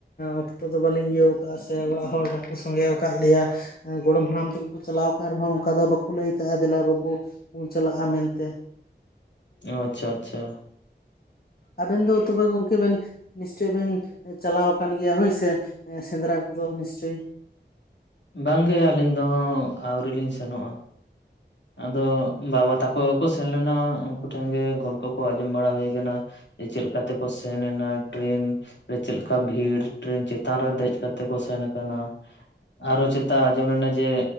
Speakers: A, on the left; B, on the left.
A: ᱚᱠᱛᱚ ᱫᱚ ᱵᱟᱹᱞᱤᱧ ᱤᱭᱟᱹ ᱚᱠᱟ ᱥᱮ ᱚᱲᱟᱜ ᱦᱚᱲ ᱵᱟᱠᱚ ᱥᱚᱸᱜᱮ ᱠᱟᱫ ᱞᱮᱭᱟ ᱜᱚᱲᱚᱢ ᱦᱟᱲᱟᱢ ᱛᱮᱠᱚ ᱠᱚ ᱪᱟᱞᱟᱣ ᱟᱠᱟᱱ ᱨᱮᱦᱚᱸ ᱚᱱᱠᱟ ᱫᱚ ᱵᱟᱠᱚ ᱞᱟᱹᱭ ᱠᱟᱜᱼᱟ ᱫᱮᱞᱟ ᱵᱟᱹᱵᱩ ᱵᱚᱱ ᱪᱟᱞᱟᱜᱼᱟ ᱢᱮᱱᱛᱮ
B: ᱚ ᱟᱪ ᱪᱷᱟ ᱟᱪ ᱪᱷᱟ
A: ᱟᱵᱮᱱ ᱫᱚ ᱛᱚᱵᱮ ᱜᱚᱢᱠᱮ ᱵᱤᱱ ᱱᱤᱥᱪᱚᱭ ᱵᱤᱱ ᱪᱟᱞᱟᱣ ᱟᱠᱟᱱ ᱜᱮᱭᱟ ᱦᱳᱭᱥᱮ ᱥᱮᱸᱫᱽᱨᱟ ᱠᱚᱫᱚ ᱱᱤᱥᱪᱚᱭ
B: ᱵᱟᱝ ᱜᱮ ᱟᱹᱞᱤᱧ ᱫᱚᱦᱚᱸ ᱟᱹᱣᱨᱤ ᱞᱤᱧ ᱥᱮᱱᱚᱜᱼᱟ ᱟᱫᱚ ᱵᱟᱵᱟ ᱛᱟᱠᱚ ᱜᱮᱠᱚ ᱥᱮᱱ ᱞᱮᱱᱟ ᱩᱱᱠᱩ ᱴᱷᱮᱱ ᱜᱮ ᱜᱚᱞᱯᱚ ᱠᱚ ᱟᱸᱡᱚᱢ ᱵᱟᱲᱟ ᱦᱩᱭ ᱟᱠᱟᱱᱟ ᱪᱮᱫ ᱞᱮᱠᱟ ᱛᱮᱠᱚ ᱥᱮᱱ ᱞᱮᱱᱟ ᱴᱨᱮᱱ ᱪᱮᱫ ᱞᱮᱠᱟ ᱵᱷᱤᱲ ᱴᱨᱮᱱ ᱪᱮᱛᱟᱱ ᱨᱮ ᱫᱮᱡ ᱠᱟᱛᱮᱜ ᱠᱚ ᱥᱮᱱ ᱠᱟᱱᱟ? ᱟᱨ ᱦᱚᱸ ᱪᱮᱛᱟᱱ ᱟᱸᱡᱚᱢ ᱞᱮᱱᱟ ᱡᱮ